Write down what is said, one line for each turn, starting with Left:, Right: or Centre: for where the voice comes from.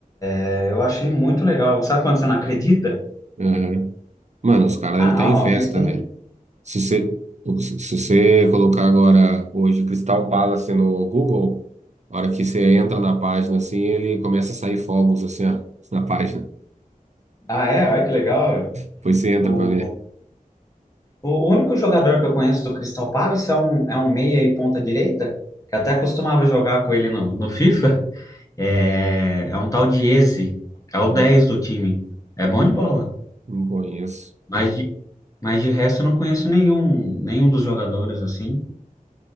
Left: É, Eu achei muito legal. Sabe quando você não acredita?
Right: Uhum. Mano, os caras
Left: Ah,
Right: devem estar em festa,
Left: ah, mas tem.
Right: velho. Se você, se você colocar agora hoje Crystal Palace no Google, a hora que você entra na página, assim, ele começa a sair fogos, assim, ó, na página.
Left: Ah, é? Olha que legal.
Right: Depois você entra
Left: O,
Right: pra ver.
Left: o único jogador que eu conheço do Crystal Palace é um, é um meia e ponta direita, que até costumava jogar com ele no, no FIFA. É, é um tal de Eze. É o
Right: Não,
Left: 10 do time. É bom de bola.
Right: não conheço.
Left: Mas de, mas de resto eu não conheço nenhum, nenhum dos jogadores assim.